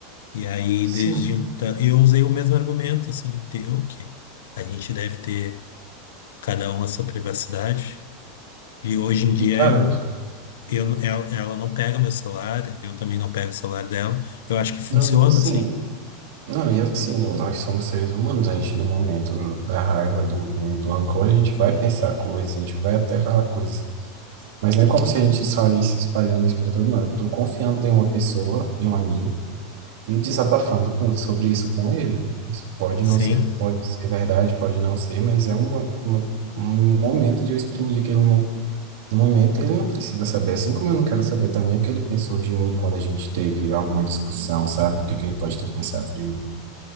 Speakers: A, on the left; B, on the right.
A: E aí,
B: Sim.
A: desde então, eu usei o mesmo argumento, assim, teu, que a gente deve ter cada um a sua privacidade. E hoje em dia
B: E, cara,
A: eu, eu ela, ela não pega meu celular, eu também não pego o celular dela. Eu acho que funciona,
B: não, e assim,
A: assim.
B: não, e assim, nós somos seres humanos, a gente no momento do- da raiva, do, do, do rancor, a gente vai pensar coisas, a gente vai até falar coisas. Mas não é como se a gente saísse espalhando isso pra todo mundo. Eu tô confiando em uma pessoa, em um amigo, e desabafando com, sobre isso com ele. Isso pode
A: Sim,
B: não ser, pode ser verdade, pode não ser, mas é uma, uma, um momento de eu exprimir aquilo No momento, ele não precisa saber, assim como eu não quero saber também o que ele pensou de mim quando a gente teve alguma discussão, sabe? O que que ele pode ter pensado de mim